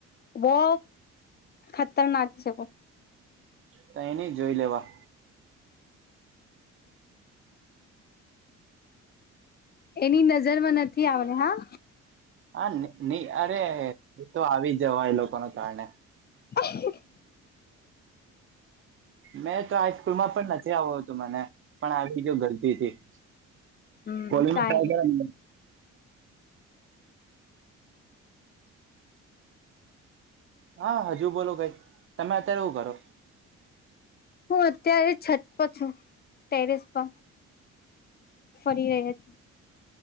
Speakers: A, on the left; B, on the right.
A: બહુ ખતરનાક છે બ
B: તો એની જોઈ લેવા.
A: એની નજરમાં નથી થી આવેને હા
B: <inaudible> નહી અરે તો આવી જવાય એ લોકો ના કારણે
A: <inaudible>
B: મેં તો હાઈસ્કૂલ માં પણ નથી આવ હતું મને પણ આવી જો ગરદીથી
A: હમ
B: કોલી
A: કઈ
B: ક કર
A: નહી
B: <inaudible> હા હજુ બોલો કઈ તમે અત્યારે એવું કરો.
A: હું અત્યારે છત પર છું ટેરેસ પર. ફરી રહ્યા છે